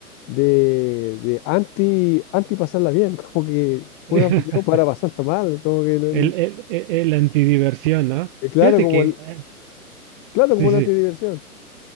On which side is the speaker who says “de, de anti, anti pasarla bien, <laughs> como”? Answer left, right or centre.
Left